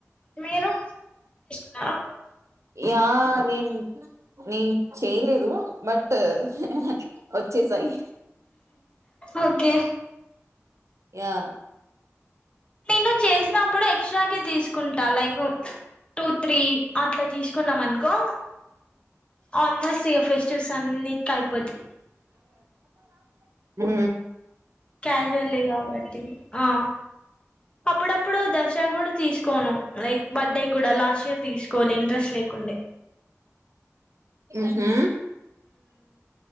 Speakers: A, on the left; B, on the right.
A: మీరు తీసుకున్నారా
B: యా నేను నేను చేయలేదు బట్ హా హా వచ్చే సయి
A: ఓకే
B: ఆ
A: నేను చేసినప్పుడు ఎక్స్ట్రా కి తీసుకు కుంటా లైక్ టూ త్రీ అట్లా తీసుకున్నాం అనుకో ఆల్మోస్ట్ ఇక ఫెస్టివ్స్ అన్నిట్కి అయిపోతది
B: ఊ
A: క్యాజువల్లీ కాబట్టి ఆ అప్పుడప్పుడు దశరా కూడా తీసుకోను లైక్ బర్త్డే కూడా లాస్ట్ ఇయర్ తీసుకోలె ఇంట్రెస్ట్ లేకుండే
B: ఊహూ